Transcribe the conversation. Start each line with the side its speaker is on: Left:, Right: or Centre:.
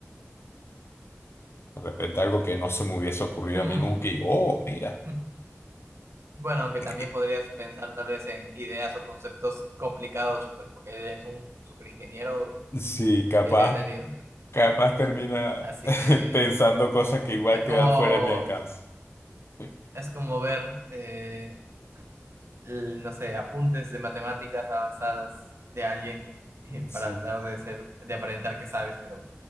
Left: De repente algo que no se me hubiese ocurrido
Right: Mm.
Left: a mí nunca y, oh, mira.
Right: <laughs> Bueno, aunque
Left: eh,
Right: también podrías pensar tal vez en ideas o conceptos complicados, pues porque él es un superingeniero,
Left: Sí, capaz,
Right: que yo tengo entendido.
Left: capaz termina
Right: Así
Left: <laughs>
Right: que
Left: pensando cosas que igual
Right: es
Left: quedan
Right: como,
Left: fuera de mi alcance. <laughs>
Right: es como ver, eh, el- no sé, apuntes de matemáticas avanzadas de alguien <laughs>
Left: Sí,
Right: para tratar de ser, de aparentar que sabes, pero